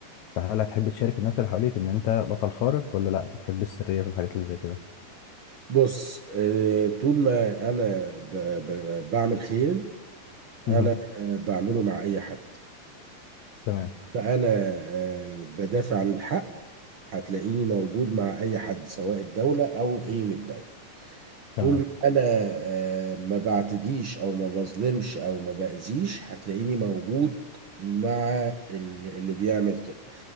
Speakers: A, on the left; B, on the right.
A: فهل هتحب تشارك الناس اللي حواليك إن أنت بطل خارق ولا لا بتحب السرية في الحاجات اللي زي كده
B: بص آه، طول ما انا ب- ب- بعمل خير
A: مهم.
B: انا آه، بعمله مع اي حد
A: تمام
B: ما انا آه، بدافع عن الحق هتلاقيني موجود مع اي حد سواء الدولة او غير الدولة
A: تمام
B: طول ما انا آه، ما بعتديش او ما بظلمش او ما باذيش هتلاقيني موجود مع ال- اللي بيعمل كده